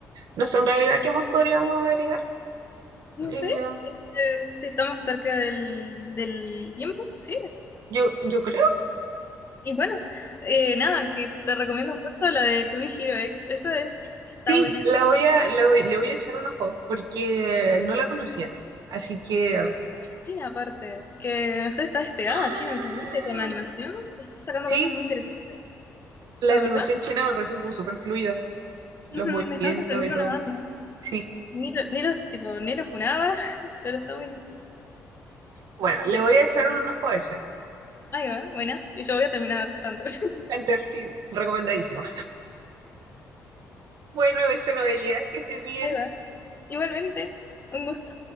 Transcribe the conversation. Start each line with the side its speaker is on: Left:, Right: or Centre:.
Right: no sé, en realidad, ¿qué más podríamos agregar?
Left: No
Right: Eh,
Left: sé eh, si estamos cerca del, del tiempo, sí.
Right: yo, yo creo.
Left: Y bueno, eh, nada, que te recomiendo mucho la de To Be Hero X. Esa es, está
Right: Sí,
Left: buena.
Right: la voy a, la voy- le voy a echar un ojo porque no la conocía. Así que... <gasps>
Left: China aparte, que no sé, está despegada
Right: ¡Ah!
Left: China últimamente con la animación, está sacando
Right: Sí,
Left: cosas muy interesantes,
Right: la
Left: la
Right: animación
Left: verdad.
Right: china me parece como súper fluida, los
Left: Ujú,
Right: movimientos
Left: Me están sorprendiendo
Right: y todo.
Left: las bandas.
Right: Sí.
Left: Ni, lo- ni los tipo, ni los funaba, <laughs> pero está muy.
Right: Bueno, le voy a echar un ojo a ese.
Left: Ahí va, buenas. Y yo voy a terminar Hunter. <laughs>
Right: Hunter, sí, recomendadísimo. Bueno, eso, Noelia, que estés bien.
Left: Ahí va. Igualmente, un gusto.